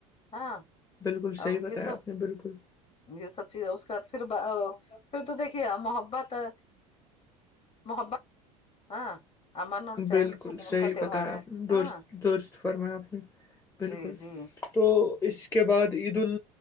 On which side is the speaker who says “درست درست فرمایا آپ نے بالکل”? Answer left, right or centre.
Left